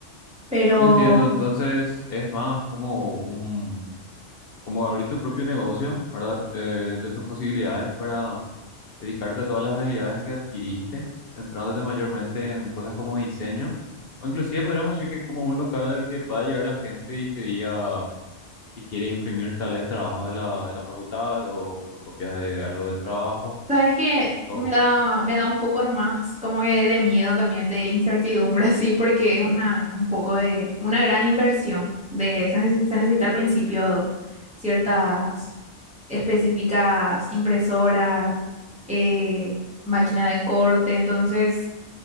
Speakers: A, in the centre; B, on the left.
A: Pero,
B: Entiendo, entonces es más como un, como abrir tu propio negocio, ¿verdad? Eh, entre tus posibilidades para dedicarte a todas las habilidades que adquiriste, centrándote mayormente en cosas como diseño, o inclusive podríamos decir que como un local al que pueda llegar la gente y te diga si quiere imprimir tal vez trabajos de la, de la facultad o fotocopias de algo del trabajo.
A: ¿sabes qué?
B: O,
A: Me da, me da un poco nomás como que de miedo también, de incertidumbre, <laughs> así, porque es una, un poco de, una gran inversión. De, se, nece- se necesita al principio ciertas específicas impresoras, eh, máquina de corte, entonces